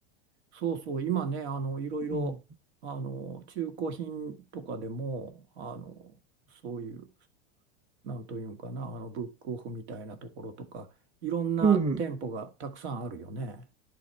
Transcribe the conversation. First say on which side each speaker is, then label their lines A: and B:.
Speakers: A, on the right; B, on the right.
A: そうそう、今ね、あのいろいろあの中古品とかでもあのそういう。
B: うん。
A: なんというんかな、あのブックオフみたいなところとか、いろんな店舗がたくさんあるよね。
B: うん